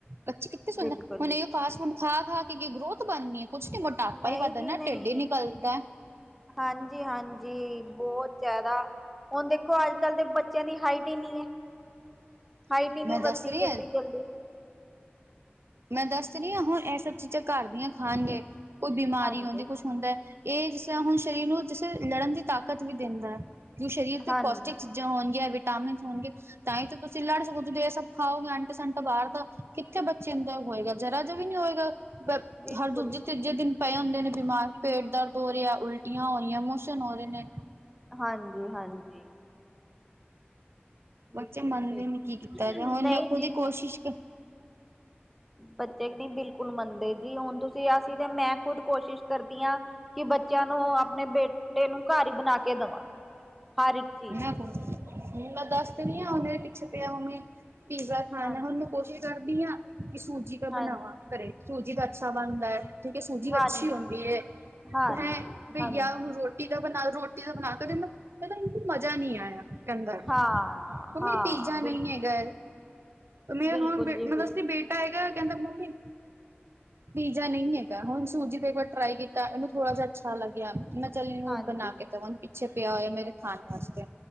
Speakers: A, on the right; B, in the centre.
A: ਬੱਚੇ ਕਿੱਥੇ ਸੁਣਨਾ
B: ਬਿਲਕੁਲ
A: ਹੁਣ ਇਹ
B: ਜੀ।
A: ਫਾਸਟ ਫੂਡ ਖਾ ਖਾ ਕੇ ਕੀ ਗਰੋਥ ਬਣਨੀ ਹੈ ਕੁਛ ਨੀ ਮੋਟਾਪਾ
B: ਨਹੀਂ
A: ਹੀ ਵੱਧ
B: ਜੀ
A: ਨਾ
B: ਨਹੀਂ
A: ਟਢਿੱਡ ਹੀ ਨਿਕਲਦਾ
B: ਹਾਂਜੀ ਹਾਂਜੀ ਬਹੁਤ ਜ਼ਿਆਦਾ। ਹੁਣ ਦੇਖੋ ਅੱਜ ਕਲ ਦੇ ਬੱਚਿਆਂ ਦੀ ਹਾਈਟ ਹਿ ਨਹੀਂ ਹੈ।
A: <inaudible>
B: ਹਾਈਟ ਹੀ ਨੀ
A: ਮੈਂ ਦੱਸ
B: ਵੱਧਦੀ
A: ਰਹੀ
B: ਜਲਦੀ
A: ਹਾਂ
B: ਜਲਦੀ ਹ
A: ਮੈਂ ਦੱਸ ਰਹੀ ਹਾਂ ਹੁਣ ਇਹ ਸਭ ਚੀਜ਼ਾਂ ਘਰ ਦੀਆਂ ਖਾਣਗੇ ਕੋਈ ਬਿਮਾਰੀ
B: ਹਾਂਜੀ
A: ਉਹਦੀ ਕੁਛ ਹੁੰਦਾ। ਇਹ ਜਿਸ ਤਰ੍ਹਾਂ ਹੁਣ ਸਰੀਰ ਨੂੰ ਜਿਸੇ ਲੜਨ ਦੀ ਤਾਕਤ ਵੀ ਦਿੰਦਾ ਹੈ ਜੋ ਸਰੀਰ ਤੇ
B: ਹਾਂਜੀ
A: ਪੌਸ਼ਟਿਕ ਚੀਜ਼ਾਂ ਹੋਣ ਗਇ ਵਿਟਾਮਿਨ ਹੋਣ ਗੇ ਤਾਂ ਹੀ ਤੁਸੀਂ ਲੜ ਸਕੋ ਜਦੋਂ ਇਹ ਸਭ ਖਾਓਗੇ ਆਂਟ ਸਟ ਬਾਹਰ ਤਾਂ ਕਿੱਥੇ ਬੇ ਚਿੰਦਾ ਹੋਏਗਾ ਜ਼ਰਾ ਜਿ ਵੀ ਨੀ ਹੋਏਗਾ
B: ਬਿਲਕੁਲ
A: ਹਰ ਦੂਜੇ ਤੀਜੇ ਦਿਨ ਪਏ ਹੁੰਦੇ ਨੇ ਬਿਮਾਰ ਪੇਟ ਦਰਦ ਹੋ ਰਿਹਾ ਉਲਟੀਆਂ ਹੋ ਰਹੀਆਂ ਮੋਸ਼ਨ ਹੋ ਰਹੇ ਨੇ
B: ਹਾਂਜੀ-ਹਾਂਜੀ।
A: ਬੱਚੇ
B: ਬਿਲਕੁਲ
A: ਮੰਨਦੇ
B: ਸਹੀ
A: ਨੇ ਕੀ ਕੀਤਾ ਤੇ ਹੁਣ
B: ਨਹੀਂ
A: ਮੈਂ ਖੁਦ
B: ਜੀ
A: ਈ
B: ਨਹੀਂ
A: ਕੋਸ਼ਿਸ਼
B: ਬੱਚੇ ਨੀ ਬਿਲਕੁਲ ਮੰਨਦੇ ਜੀ ਹੁਣ ਤੁਸੀਂ ਆ ਸੀ ਤੇ ਮੈਂ ਖੁਦ ਕੋਸ਼ਿਸ਼ ਕਰਦੀ ਆ। ਕਿ ਬੱਚਿਆਂ ਨੂੰ ਆਪਣੇ ਬੇਟੇ ਨੂੰ ਘਰ ਈ ਬਣਾ ਕੇ ਦੇਵਾਂ, ਹਰ ਇੱਕ ਚੀਜ਼
A: ਮੈਂ ਮੈਂ ਦੱਸ ਦੱਨੀ ਆ ਹੁਣ ਮੇਰੇ ਪਿੱਛੇ ਪਿਆ ਉਵੇਂ ਪੀਜ਼ਾ ਖਾਣਾ
B: ਹਾਂ
A: ਉਹਨੂੰ ਕੋਸ਼ਿਸ਼ ਕਰਦੀ ਆ ਕਿ ਸੂਜੀ ਤਾਂ
B: ਹਾਂ
A: ਬਣਾਵਾਂ ਘਰੇ ਸੂਜੀ ਤਾਂ ਅੱਛਾ ਬਣਦਾ ਐ। ਸੂਜੀ
B: ਹਾਂਜੀ
A: ਅੱਛੀ ਹੁੰਦੀ ਐ
B: ਹਾਂਜੀ
A: ਹੈਂ
B: ਹਾਂਜੀ
A: ਜਾ ਉਹਨੂੰ ਰੋਟੀ ਰੋਟੀ ਦਾ ਬਣਾ ਰੋਟੀ ਦਾ ਬਣਾ ਕੇਦਾ ਕਹਿੰਦਾ ਮੈਨੂੰ ਮਜ਼ਾ ਨੀ ਆਇਆ। ਕਹਿੰਦਾ, ਉਹ
B: ਹਾਂ
A: ਮੰਮੀ
B: ਹਾਂ
A: ਪੀਜ਼ਾ ਨਈ
B: ਬਿਲਕੁਲ
A: ਹੈਗਾ ਮੇ
B: ਬਿਲਕੁਲ
A: ਹੁਣੇ
B: ਜੀ
A: ਮੈਂ ਦੱਸਦੀ
B: ਬਿਲ
A: ਬੇਟਾ ਹੈਗਾ ਕਹਿੰਦਾ ਮੰਮੀ ਪੀਜਾ ਨਈ ਹੈਗਾ ਹੁਣ ਸੂਜੀ ਤੇ ਇੱਕ ਵਾਰ ਟਰਾਈ ਕੀਤਾ ਮਨੂੰ ਥੋੜਾ ਜਿਹਾ ਅੱਛਾ ਲੱਗਿਆ ਮ ਚਲੀ ਨੂੰ
B: ਹਾਂਜੀ
A: ਬਣਾ ਕੇ ਦੇਵਾ ਪਿੱਛੇ ਪਿਆ ਹੋਇਆ ਮੇਰੇ ਖਾਣ ਵਾਸਤੇ